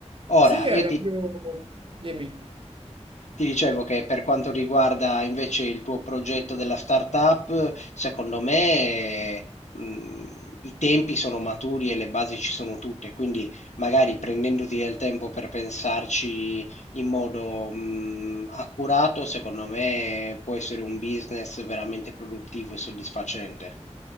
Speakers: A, on the left; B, on the right.
A: Ora,
B: Sì, è
A: io
B: la
A: ti,
B: più... Dimmi.
A: ti dicevo che per quanto riguarda invece il tuo progetto della startup, secondo me, mh, i tempi sono maturi e le basi ci sono tutte, quindi magari prendendoti del tempo per pensarci in modo, mh, accurato, secondo me può essere un business veramente produttivo e soddisfacente.